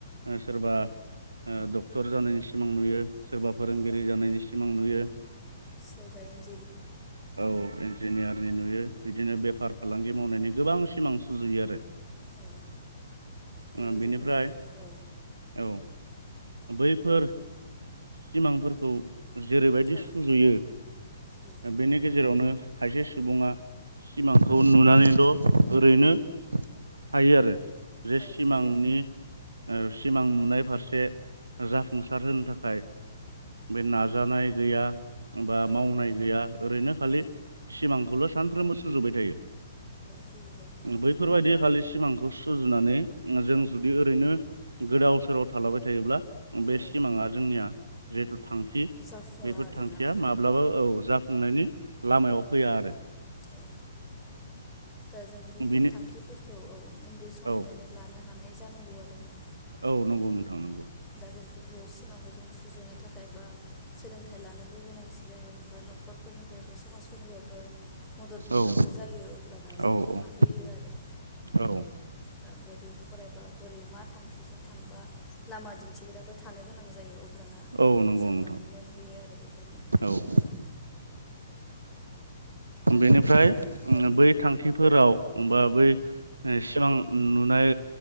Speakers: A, on the right; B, on the left.
A: ओ‌ सोरबा। ओ डक्टर जानायनि सिमां नुयो सोरबा फोरोंगिरि
B: औ
A: जानायनि सिमां नुयो
B: सोरबा इन्जि
A: औ इन्जिनियारनि नुयो बिदिनो बेफार फालांगि मावनायनि गोबां सिमां सुजुयो आरो
B: औ बे
A: ओ बेनिफ्राय
B: जों बे औ
A: औ। बैफोर सिमांफोरखौ जेरैबायदि
B: औ
A: सुजुयो
B: औ
A: बेनि गेजेरावनो खायसे सुबुङा सिमांखौ नुनानैल‌ ओरैनो थायो आरो जे
B: औ
A: सिमांनि
B: थायो
A: ओ सिमां नुनाय फारसे जाफुंसार होनो थाखाय बे नाजानाय गैया बा
B: औ
A: मावनाय गैया ओरैनो खालि
B: औ
A: सिमांखौल सानफ्रोमबो सुजुबाय थायो
B: सुजुबाय थायो
A: बैफोरबायदि खालि सिमांखौ सुजुनानै जों जुदि ओरैनो गोदाव सोराव थालाबाय थायोब्ला बे
B: औ
A: सिमाङा जोंनिया जिहेथु थांखि
B: जाफुङा
A: बेफोर
B: आरोना
A: थांखिया माब्लाबो <unintelligible> खुंनायनि लामायाव फैया आरो
B: औ दा जों बेफोर
A: बिनि
B: थांखिफोरखौ औ उन्दै समनिफ्रायनो
A: औ
B: लानो हानाय जानांगौ आरोना।
A: औ नंगौ नोंथां नंगौ
B: दा बेफोरखौ सिमांखौ जों सुजुनो थाखाय बा सोलोंथाइ लानोबो गोनांथि जायो बा नखर फोरनिफ्रायबो समाजफोरनिफायबो मदद मोननांगौ
A: औ
B: जायो अब्लाना जों
A: औ औ
B: हाहोयो आरो
A: औ
B: दा बोर। फरायबा बोरै मा थांखिजों थांबा लामा दिन्थिग्राबो थानो गोनां जायो अब्लाना
A: औ नंगौ
B: जों
A: नोंथां
B: माने मोनहैयो आरो बेफोर थांखिफोराव
A: औ
B: नाथाय
A: बेनिफ्राय
B: जोंना
A: ओं‌
B: औ
A: बै थांखिफोराव बा बै सिमां नुनाय